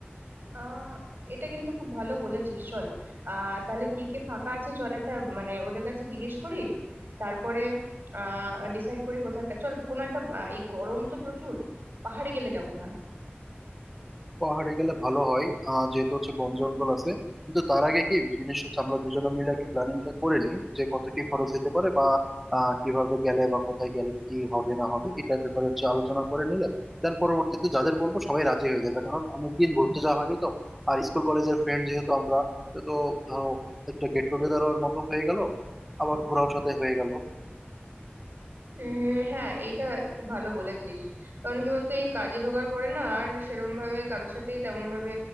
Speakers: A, on the right; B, in the centre.
A: আহ এটা কিন্তু খুব ভালো বলেছিস চল আহ তাহলে কে কে ফাঁকা আছে চল একটা মানে ওদের কাছে জিজ্ঞেস করি তারপরে আহ ডিসাইড করি কোথাও একটা চল কোনো একটা আহ, এই গরম তো প্রচুর পাহাড়ে গেলে কেমন হয়
B: পাহাড়ে গেলে ভালো হয় আহ যেহেতু হচ্ছে বন জঙ্গল আছে কিন্তু তার আগে কি জিনিস হচ্ছে আমরা দুজনে মিলে আগে প্ল্যানিংটা করে নিই যে কত কি খরচ হতে পারে বা আহ কিভাবে গেলে বা কোথায় গেলে কি হবে না হবে এটার ব্যাপারে হচ্ছে আলোচনা করে নিলে দেন পরবর্তীতে যাদের বলবো সবাই রাজি হয়ে যাবে কারণ অনেকদিন ঘুরতে যাওয়া হয়নি তো আর স্কুল কলেজের ফ্রেন্ড যেহেতু আমরা তো ধরো একটা গেট টুগেদারের মতো হয়ে গেল আবার ঘোরাও সাথে হয়ে গেল
A: উম হ্যাঁ এইটা খুব ভালো বলেছিস কারণ কি বলতো এই কাজে ঢোকার পরে না আর সেরম ভাবে কারোর সাথেই তেমন ভাবে